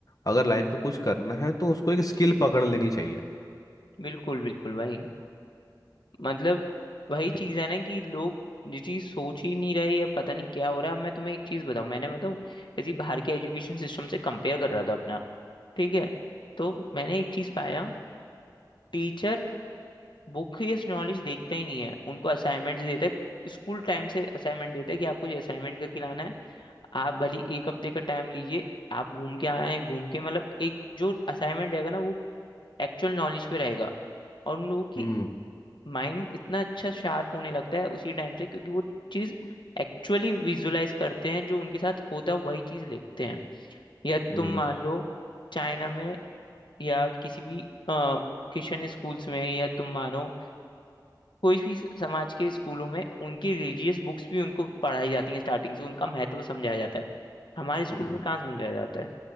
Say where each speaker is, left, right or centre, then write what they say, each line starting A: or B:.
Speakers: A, on the left; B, on the left.
A: अगर लाइफ में कुछ करना है तो उसको एक स्किल पकड़ लेनी चाहिए
B: बिल्कुल बिल्कुल भाई मतलब वही
A: कि-
B: चीज़ है ना कि लोग ये चीज़ सोच ही नहीं रहे या पता नहीं क्या हो रहा है अब मैं तुम्हें एक चीज़ बताऊँ मैंने बताऊँ इसी बाहर के एजुकेशन सिस्टम से कंपेयर कर रहा था अपना ठीक है तो मैंने एक चीज़ पाया टीचर वो केस नॉलेज देखता ही नहीं है उनको असाइनमेंट देता है स्कूल टाइम से असाइनमेंट देता है कि आपको ये असाइनमेंट करके लाना है आप भली एक हफ्ते का टाइम लीजिए आप घूम के आए हैं घूम के मतलब एक जो असाइनमेंट रहेगा ना वो एक्चुअल नॉलेज पे रहेगा और उन लोगों की
A: हम्म
B: माइंड इतना अच्छा शार्प होने लगता है उसी टाइम से क्योंकि वो चीज़ एक्चुअली विजुलाइज करते हैं जो उनके साथ होता है, वही चीज़ लिखते हैं या
A: हम्म
B: तुम मान लो चाइना में या किसी भी क्रिश्चियन स्कूल्स में या तुम मानो कोई भी समाज के स्कूलों में उनकी रिलीजियस बुक्स भी उनको पढ़ाई जाती हैं स्टार्टिंग से उनका महत्व समझाया जाता है हमारे स्कूल
A: हम्म
B: में कहाँ समझाया जाता है